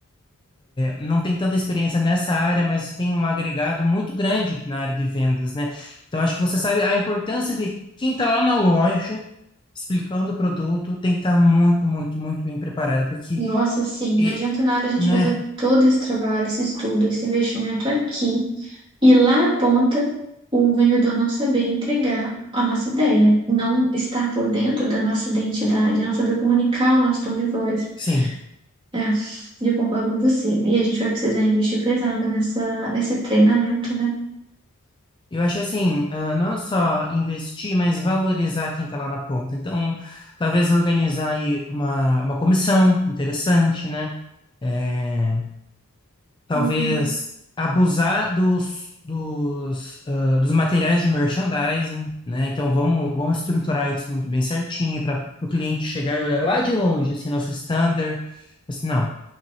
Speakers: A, on the left; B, on the right.
A: não tem tanta experiência nessa área, mas tem um agregado muito grande na área de vendas, né? Então, acho que você sabe a importância de quem está lá na loja explicando o produto tem que estar muito, muito, muito bem preparado, porque,
B: Nossa, sim, não
A: e-
B: adianta nada a gente
A: né?
B: fazer todo esse trabalho, esse estudo, esse investimento aqui e lá na ponta o vendedor não saber entregar a nossa ideia, não estar por dentro da nossa identidade, não saber comunicar o nosso tom de voz.
A: Sim.
B: É, eu concordo com você. E a gente vai precisar investir pesado nessa, nesse treinamento, né?
A: Eu acho assim, ah, não só investir, mas valorizar quem está lá na ponta. Então, talvez organizar aí uma, uma comissão interessante, né? É, talvez
B: Uhum.
A: abusar dos, dos, ah, dos materiais de merchandising, né? Então vamos, vamos estruturar isso muito bem certinho para o cliente chegar e olhar lá de longe, assim, nosso standard. Assim, não,